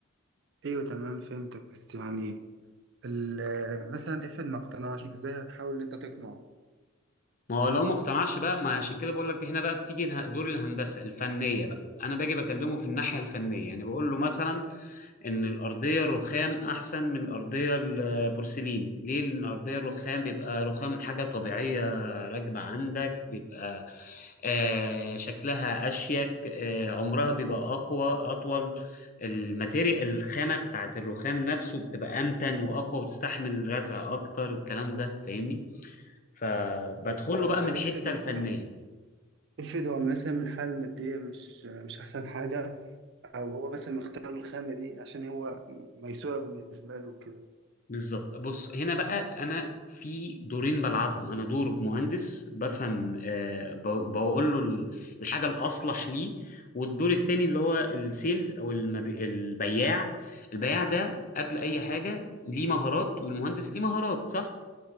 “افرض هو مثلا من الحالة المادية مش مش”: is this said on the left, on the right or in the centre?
Right